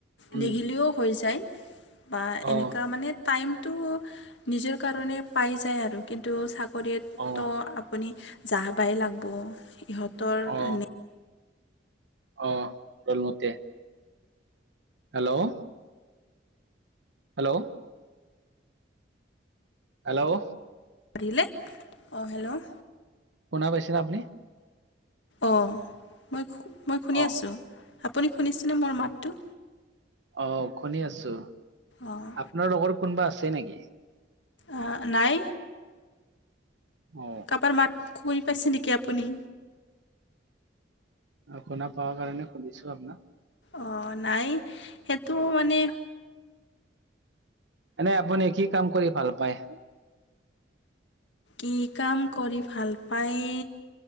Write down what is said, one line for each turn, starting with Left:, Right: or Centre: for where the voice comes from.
Right: উম
Left: নেঘেলিঅ হৈ যায়। বা
Right: অ
Left: এনেকুৱা মানে টাইমটো নিজৰ কাৰণে পাই যায় আৰু কিন্তু চাক কৰিয়েত
Right: অ
Left: আপুনি জাহা বাই লাগব ইহঁতৰ
Right: অ
Left: এনে।
Right: অ', <unintelligible> হেল্ল' হেল্ল' হেল্ল'
Left: আহিলে, অ, হেল্ল'
Right: শুনা পাইছে আপুনি?
Left: অ', মই মই শুনি
Right: অ
Left: আছোঁ, আপুনি শুনিছেনে মোৰ মাতটো?
Right: অ', শুনি আছো,
Left: অঁ
Right: আপোনাৰ লগৰ কোনোবা আছে নেকি?
Left: আহ নাই।
Right: অ
Left: কাবাৰ মাত, খুনি পাইছে নেকি আপুনি?
Right: আপোনাক পাৱাৰ কাৰণে সুধিছোঁ আপোনাক।
Left: অ', নাই, সেইটো মানে
Right: এনেই আপুনি কি কাম কৰি ভাল পায়?
Left: কি কাম কৰি ভাল পায়